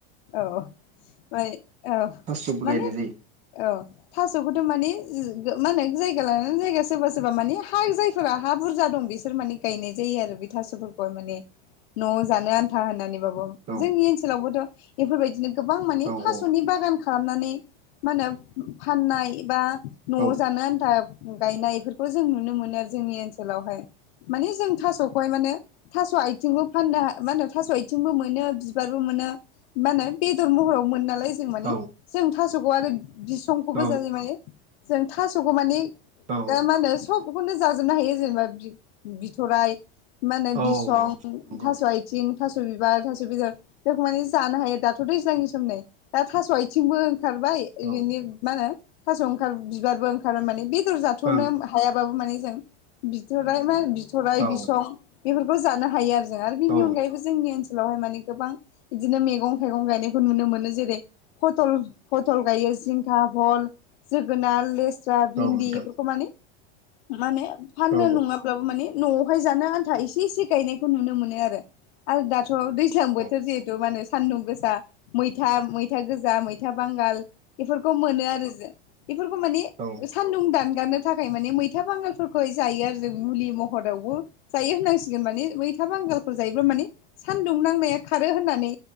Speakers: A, on the left (about 75°); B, on the right (about 25°).
A: औ औ
B: थास'बो
A: माने
B: गायनाय
A: औ। थास'खौथ' मानि मा होनो जायगा लानानै जायगा सोरबा सोरबा मानि हा जाय फोर हा बुरजा दं बिसोर माने गायनाय जायो आरो बे थास'फोरखौहाय माने न'आव जानो आन्था होननानै बाबो।
B: जायो
A: जोंनि ओनसोलावबोथ' बेफोरबायदिनो गोबां माने
B: औ
A: थास'नि
B: औ
A: बागान खालामनानै मा होनो फाननाय बा न'आव
B: औ
A: जानो आन्था गायनाय बेफोरखौ जों नुनो मोनो आरो जोंनि ओनसोलावहाय माने जों थास'खौहाय माने थास' आथिंबो फाननो मा होनो थास' आथिंबो मोनो बिबारबो मोनो। मा होनो बेदर महराव मोनो नालाय जों माने।
B: औ
A: जों थास'खौ आरो बिसंखौबो
B: औ
A: जायो माने जों थास'खौ माने
B: औ
A: दा मा होनो सबखौनो जाजोबनो हायो जेनेबा बि-बिथ'राय मा होनो
B: औ
A: बिसं
B: नंगौ
A: थास' आथिं थास' बिबार थास' बेदर बेखौ माने जानो हायो दाथ'थ' दैज्लांनि सम नै दा थास' आथिंबो ओंखारबाय।
B: औ
A: बिनि मा होनो थास' ओंखार बिबारबो ओंखारबाय माने बेदर जा बिथ'नो
B: ओं
A: हायाबाबो माने जों बिथर मा बिथ'राय
B: औ
A: बिसं बेफोरखौ जानो हायो आरो जों आरो बेनि
B: औ
A: अनगायैबो जोंनि ओनसोलावहाय माने गोबां बिदिनो मैगं थाइगं गायनायखौ नुनो मोनो जेरै फटल फथल गायो जिंखा भल जोगोनार, लेस्रा, भिन्दि
B: नोंथां
A: बेफोरखौ माने माने फाननो
B: औ
A: नङाब्लाबो माने न'आवहाय जानो आन्था एसे एसे गायनायखौ नुनो मोनो आरो। आरो दाथ' दैज्लां
B: औ
A: बोथोर जे हेथु मा होनो सानदुं गोसा, मैथा मैथा गोजा, मैथा बांगाल बेफोरखौ मोनो आरो जों। बेफोरखौ माने
B: औ।
A: सान्दुं दानगारनो थाखाय माने मैथा बांगालफोरखौहाय जायो आरो जों मुलि महरावबो जायो होननांसिगोन माने मैथा बांगालखौ जायोब्ला माने सान्दुं नांनाया खारो होनना नै